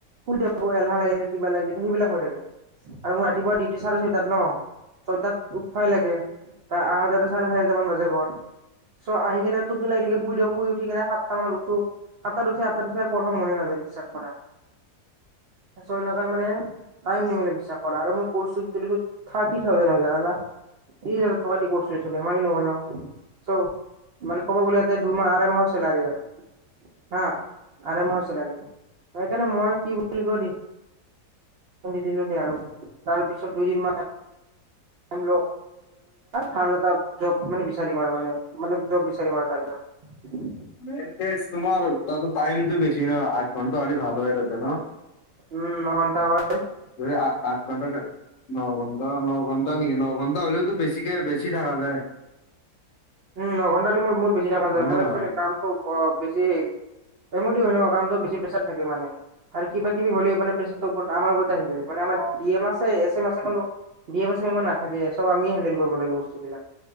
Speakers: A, on the right; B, on the left.
A: শুই থাকো এলাহ লাগি থাক কিবা লাগি থ সেইবিলাক হৈ থাকে। <unintelligible> আৰু মোৰ ৰাতিপুৱা ডিউটি চাৰে ছয়টাত ন ছয়টাত উফাই লাগে ত আহতে। <unintelligible> চাৰে চাৰিট মান বাজে ঘৰত। ত আহি কিনে টোকি লাগি থে শুই দিয় শুই উঠি কেনে সাতটা মানত উঠো। আতাৰ উঠে আাতটা উঠে আৰ পঢ়া মনে নযায় বিশ্বাস কৰা। <unintelligible> তাৰপিছত এনেকুৱা মানে নিমিলে বিশ্বাস কৰা আৰু মই থাৰটি হৈ তমতি কৰিছিল মাৰি নহয় ন <unintelligible> চ' মানে ক'ব গ'লেতে দুমাহ আঢ় মাহৰ চেলাৰী আৰু হা আ মাহৰ চেলাৰী সেইকাৰণে মই কি বুলি কৈ দি দিলো নে আৰ তাৰ পিছত দুইদিন মাত ম ভাল এটা জ মানে বিচাৰিম আৰু মানে মানে জব বিচাৰিম আৰু তাৰপিছত <unintelligible> উ
B: তোমাৰ তাত টাইমতটো বেছি ন আঠ ঘন্টা হ'লে ভাল হয় তাতে ন <unintelligible>
A: উম মন্তাৱাৰ <unintelligible>
B: যদি আঠ ঘণ্টা ন ঘটা ন ঘণ্টা নেকি ন ঘণ্টা হ'লেওতো বেছি বেছি থাকা যায়
A: উম ঘন্টালি মোৰ মূোৰ বেছি দেখা যায়
B: হয়
A: মোৰ
B: নে
A: একচোৱ
B: নহয়?
A: কামটো অ বেছি <unintelligible> সম হয় ন কাম বেছি প্ৰেছাৰ থাকে মানে আৰু কিবা কিবি হ'লে ম প্ৰেচাৰটো ওপৰত আমাৰ ওপৰত <unintelligible> যছে মানে আমাৰ
B: অ
A: ডি এম আছে এছ <unintelligible> ইমান নাথাকে চব আমিয়ে হেডেল কৰিব লাগে বস্তুবিলাক